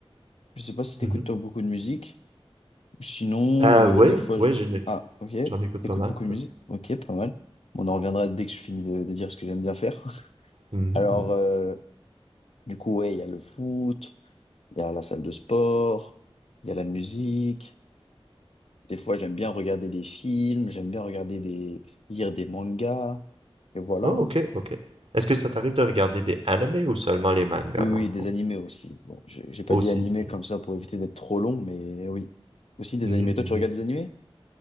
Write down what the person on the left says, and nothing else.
Je ne sais pas si t'écoutes
toi beaucoup de musique. Sinon,
euh, des fois,
je-
ah, ok,
t'écoutes
beaucoup de musique, ok, pas mal. Bon, On en reviendra dès que je finis de, de dire ce que j'aime bien faire. <laughs>
Alors, euh, du coup, ouais, il y a le foot, il y a la salle de sport, il y a la musique. Des fois, j'aime bien regarder des films, j'aime bien regarder des, lire des mangas, et voilà.
hein.
Oui,
oui,
des animés aussi. Bon, j'ai j'ai pas
dit animés
comme ça pour éviter d'être trop long, mais oui, aussi des
animés. Toi, tu regardes des animés?